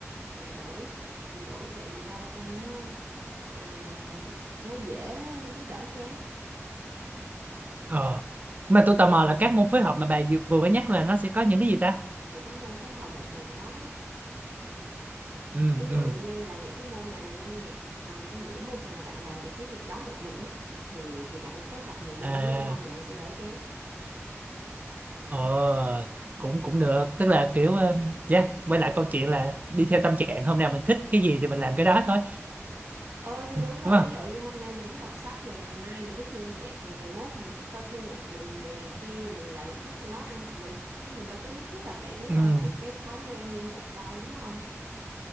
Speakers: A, on the right (about 75°); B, on the right (about 35°).
A: mình đổi mình đổi vị ra cho nó ờ, nó dễ nó đỡ chán
B: ờ mà tôi tò mò là các môn phối hợp mà bà vừa vừa mới nhắc là nó sẽ có những cái gì ta
A: thì các môn phối hợp một mình đó
B: ừ
A: ví dụ
B: ừ
A: như là những cái môn nào mà nghe nhạc à, những môn nào mà bạn làm được cái việc đó một mình á thì thì bạn phối hợp nhiều môn
B: à
A: với nhau thì bạn sẽ đỡ chán
B: ờ cũng cũng được tức là kiểu ờ, dạ quay lại câu chuyện là đi theo tâm trạng hôm nào mình thích cái gì thì mình làm cái đó thôi
A: ờ thì
B: Ừ,
A: đúng rồi
B: đúng không
A: ví dụ như hôm nay mình thích đọc sách rồi ngày mai mình thích nghe nhạc rồi ngày mốt mình thích coi phim một mình rồi ngày kia mình lại thích nấu ăn một mình Nên mình đâu có nhất thiết là phải ờ,
B: ừ
A: một cái thói quen liên tục đâu đúng không